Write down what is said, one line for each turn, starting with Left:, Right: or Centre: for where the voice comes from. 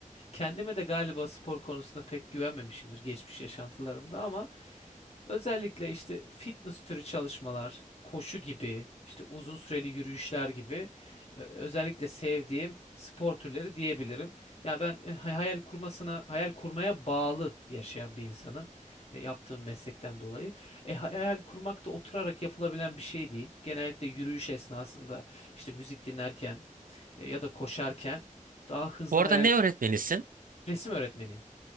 Left: Kendime de galiba spor konusunda pek güvenmemişimdir geçmiş yaşantılarımda ama özellikle işte fitness türü çalışmalar, koşu gibi, işte uzun süreli yürüyüşler gibi e, özellikle sevdiğim spor türleri diyebilirim. Ya ben e, hay- hayal kurmasına, hayal kurmaya bağlı yaşayan bir insanım e, yaptığım meslekten dolayı. E, hayal kurmak da oturarak yapılabilen bir şey değil. Genellikle yürüyüş esnasında işte müzik dinlerken e, ya da koşarken daha hızlı
Right: Bu arada
Left: hayal.
Right: ne öğretmenisin?
Left: Resim öğretmeniyim.